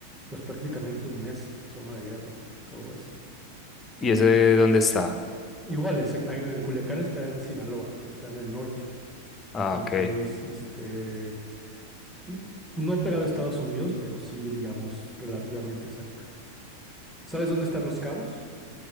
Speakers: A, in the centre; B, on the left.
A: pues prácticamente un mes zona de guerra, todo eso.
B: ¿Y ese dónde está?
A: Igual, es en- en- eh, Culiacán está en Sinaloa, que está en el norte
B: Ah,
A: del
B: ok.
A: país, este, n- no pegado a Estados Unidos, pero sí, digamos, relativamente cerca. ¿Sabes dónde están los cabos?